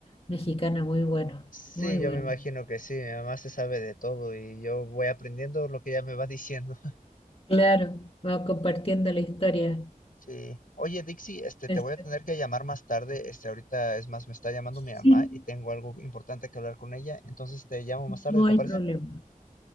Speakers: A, on the left; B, on the left.
A: mexicana muy bueno,
B: Sí,
A: muy
B: yo
A: bueno.
B: me imagino que sí, mi mamá se sabe de todo y yo voy aprendiendo lo que ella me va diciendo. <laughs>
A: Claro, vamos compartiendo la historia.
B: Sí. Oye, Dixie, este,
A: Este,
B: te voy a tener que llamar más tarde. Este, ahorita es más, me está llamando
A: Sí,
B: mi mamá y tengo algo importante que hablar con ella. Entonces te llamo más tarde,
A: no
B: ¿te
A: hay
B: parece?
A: problema.